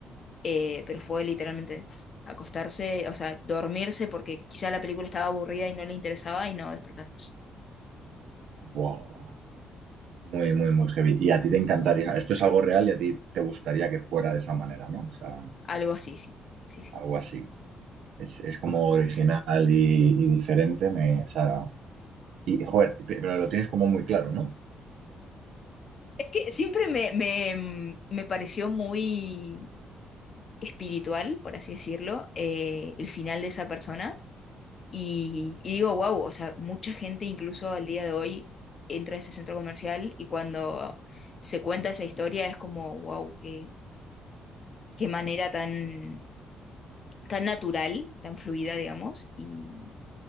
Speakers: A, on the left; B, on the right.
A: eh, pero fue literalmente acostarse, o sea, dormirse porque quizá la película estaba aburrida y no le interesaba y no despertar más.
B: wow. Muy, muy, muy heavy. Y a ti te encantaría, esto es algo real y a ti te gustaría que fuera de esa manera, ¿no? O sea,
A: Algo así, sí. Sí, sí.
B: algo así. Es, es como original y, y diferente, me, o sea, y joder, pe- pero lo tienes como muy claro, ¿no?
A: Es que siempre me, me, mm, me pareció muy espiritual, por así decirlo, eh, el final de esa persona, Y, y digo, wow, o sea, mucha gente incluso al día de hoy entra a ese centro comercial y cuando se cuenta esa historia es como, wow, qué, qué manera tan, tan natural, tan fluida, digamos, y,